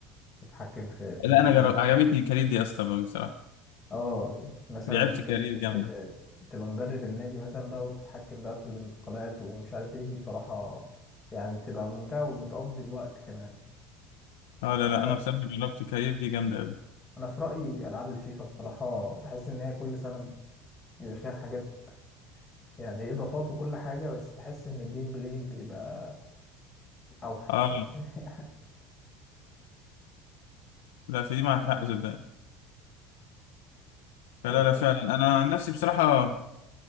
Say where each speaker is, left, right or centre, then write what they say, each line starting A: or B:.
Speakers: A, on the left; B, on the left.
A: تتحكم في في
B: لا
A: نادي
B: انا جرب عجبتني الكارير دي اصلا أوي بصراحه
A: اه مثلا
B: لعبت كارير
A: انت تجي-
B: جامده
A: تبقى مدرب النادي مثلا بقى وتتحكم بقى في الانتقالات ومش عارف ايه دي بصراحة يعني بتبقى ممتعة وبتقضي الوقت كمان
B: اه
A: بس
B: لا
A: انا
B: لا
A: بقى
B: انا بصراحه جربت كارير دي جامده
A: انا في رأيي العاب الفيفا بصراحة بحس ان هي كل سنة بيبقى فيها حاجات يعني اضافات وكل حاجة بس بحس ان الجيم بلاي بيبقى اوحش
B: اه
A: <laughs>
B: لا في دي معك حق صدقني فلا
A: انت بتحب
B: لا فعلا انا عن نفسي بصراحه